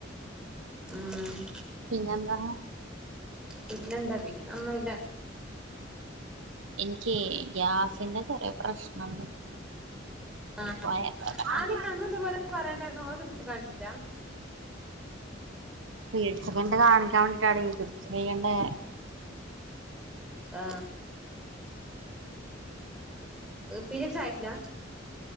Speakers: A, in the centre; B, on the right.
A: ഉം
B: പിന്നെന്താ
A: പിന്നെന്താ പിന്നൊന്നുല്ല
B: എനിക്കെ ഗ്യാസിന്റെ ചെറിയ പ്രശ്നണ്ട്
A: ആ ആ
B: വയറവേദന
A: ആന്നെ അന്ന് ത്പോലെ പറയണ്ടായിരുന്നു ഹോസ്പിലിൽ കാണിച്ചില്ല
B: പേടിച്ച് കൊണ്ട് കാണിക്കാൻ വേണ്ടി <unintelligible> സ്ത്രീ കണ്ടേ
A: ആ പീരിയഡ്സ് ആയിട്ടില്ല